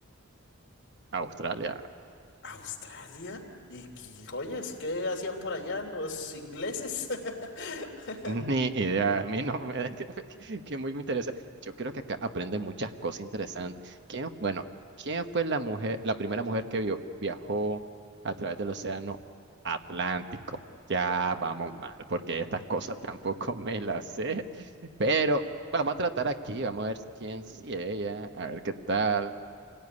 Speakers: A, on the right (about 55°); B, on the left (about 55°).
A: Australia.
B: ¿Australia? ¿Y qué- oyes, qué hacían por allá los ingleses? <laughs>
A: Ni idea, a mí no me <laughs> que, que muy me interesa. Yo creo que acá aprende muchas cosas interesantes. ¿Quién, bueno, quién fue la mujer, la primera mujer que vio- viajó a través del océano Atlántico? Ya vamos mal, porque estas cosas <laughs> tampoco me las sé. Pero vamos a tratar aquí, vamos a ver quién sí ella, a ver qué tal.